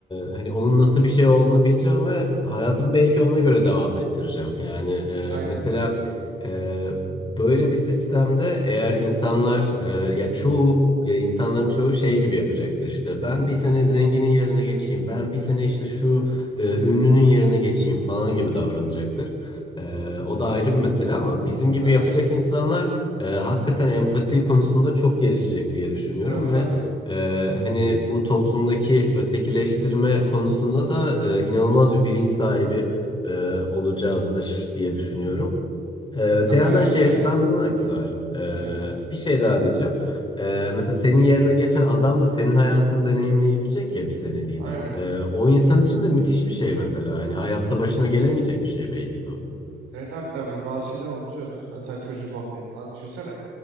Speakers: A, on the left (about 25°); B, on the right (about 85°).
A: hani onun nasıl bir şey olduğunu bileceğim ve hayatımı belki ona göre devam ettireceğim. Yani e,
B: Aynen.
A: mesela e, böyle bir sistemde eğer insanlar e, ya çoğu e, insanların çoğu şey gibi yapacaktır işte. Ben bir sene zenginin yerine geçeyim, ben bir sene işte şu e, ünlünün yerine geçeyim falan gibi davranacaktır. E, o da ayrı bir mesele ama bizim gibi
B: Aynen.
A: yapacak insanlar e, hakikaten empati konusunda çok gelişecek diye düşünüyorum
B: Tabii tabii.
A: ve e, hani bu toplumdaki ötekileştirme konusunda da e, inanılmaz bir bilinç sahibi e, olacağızdır diye düşünüyorum. E, öte
B: Ha, bence.
A: yandan şey açısından da güzel. E,
B: Evet.
A: bir şey daha diyeceğim. E, mesela senin yerine geçen adam da senin hayatını deneyimleyebilecek ya bir seneliğine.
B: Aynen.
A: E, o insan için de müthiş bir şey mesela. Hani hayatta başına gelemeyecek bir şey belki de o.
B: Evet abi de biz bazı şeyleri unutuyoruz. Mesela çocuk olmayı falan. Düşünsene.